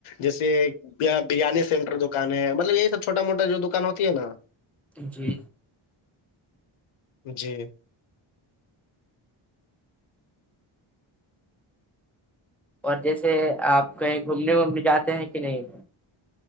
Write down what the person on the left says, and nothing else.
جیسے بریانی سینٹر دکان ہے مطلب یہی سب چھوٹا موٹا جو دکان ہوتی ہے نا
جی